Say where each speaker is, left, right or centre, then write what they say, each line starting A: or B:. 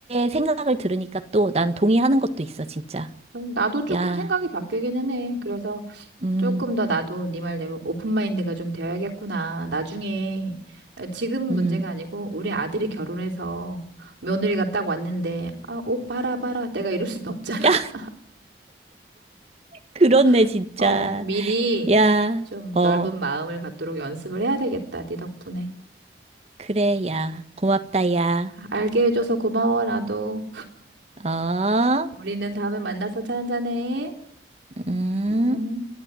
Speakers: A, on the right; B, on the right.
A: 생각을 들으니까 또 난 동의하는 것도 있어, 진짜.
B: 그럼 나도 조금
A: 야,
B: 생각이 바뀌기는 해. 그래서
A: 음,
B: 조금 더 나도 네 말대로 오픈마인드가 좀 되어야겠구나. 나중에 어, 지금
A: 음.
B: 문제가 아니고 우리 아들이 결혼해서 며느리가 딱 왔는데 아, 옷 봐라 봐라 내가 이럴 순 없잖아.
A: <laughs> 야, 그렇네,
B: <laughs>
A: 진짜.
B: 어, 미리
A: 야,
B: 좀
A: 어,
B: 넓은 마음을 갖도록 연습을 해야 되겠다. 네 덕분에.
A: 그래, 야. 고맙다, 야.
B: 알게 해줘서 고마워 나도.
A: 어?
B: 우리는 다음에 만나서 차 한잔해.
A: 음.
B: 음.